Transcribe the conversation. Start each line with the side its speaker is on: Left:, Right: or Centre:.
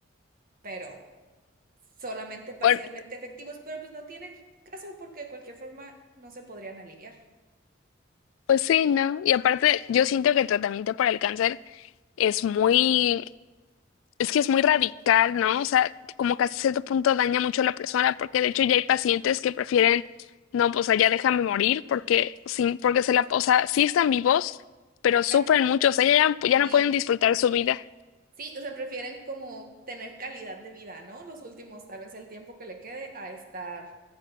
Right: pero solamente parcialmente
Left: Bueno,
Right: efectivos, pero pues no tiene caso porque de cualquier forma no se podrían alinear.
Left: pues sí, ¿no? Y aparte, yo siento que el tratamiento para el cáncer es muy, Es que es muy radical, ¿no? O sea, como que hasta cierto punto daña mucho a la persona, porque de hecho ya hay pacientes que prefieren, no, pues allá déjame morir, porque sin, porque se la, o sea, sí están vivos, pero sufren
Right: Pero
Left: mucho, o sea, ya, ya
Right: sí,
Left: no pueden disfrutar su vida.
Right: sí, o sea, prefieren como tener calidad de vida, ¿no? Los últimos, tal vez el tiempo que le quede a estar